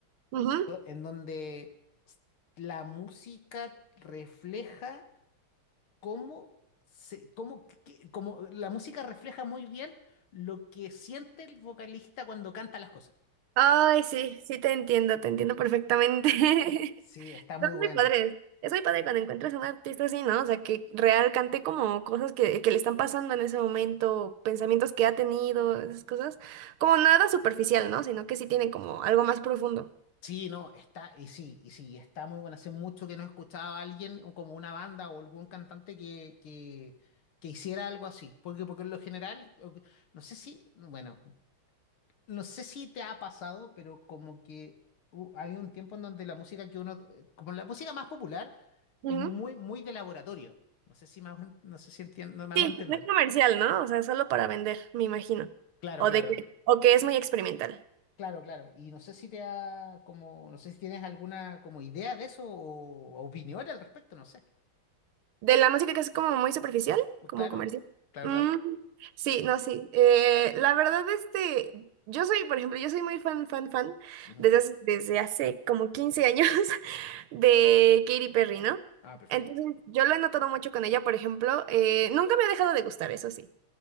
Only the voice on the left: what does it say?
en donde la música refleja cómo se, cómo, que- cómo- la música refleja muy bien lo que siente el vocalista cuando canta las cosas.
Sí, está muy
bueno.
Sí, no, está, y sí, y sí, está muy bueno. Hace mucho que no escuchaba a alguien, o como una banda o algún cantante que, que, que hiciera algo así. Porque, porque en lo general, o que- no sé si, bueno, no sé si te ha pasado, pero como que hu- ha un tiempo en donde la música que uno, eh, como la música más popular,
es muy, muy de laboratorio. No sé si me hago en- no sé si entiendo, me
hago entender.
Claro,
claro.
Claro, claro. Y no sé si te ha, como, no sé si tienes alguna como idea de eso o opinión al respecto, no sé.
Claro,
claro,
claro.
Ujú.
Ah, perfecto,